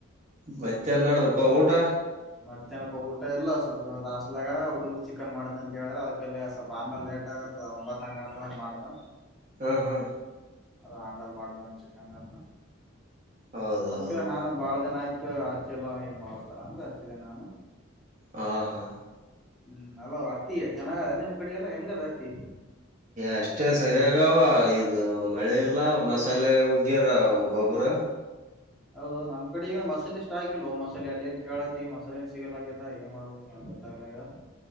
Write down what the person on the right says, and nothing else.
ಮತ್ತೆ ಏನಡದಪ್ಪ ಊಟ.
ಹ ಹ.
ಹೌದೌದು
ಹಾ ಹಾ.
ಅಷ್ಟೇ ಸರಿಯಾಗವ ಇದು ಮಳೆ ಇಲ್ಲ ಮಸಾಲೆ ಉಗ್ಗ್ಯರ ಒಬ್ಬೊಬ್ಬರ.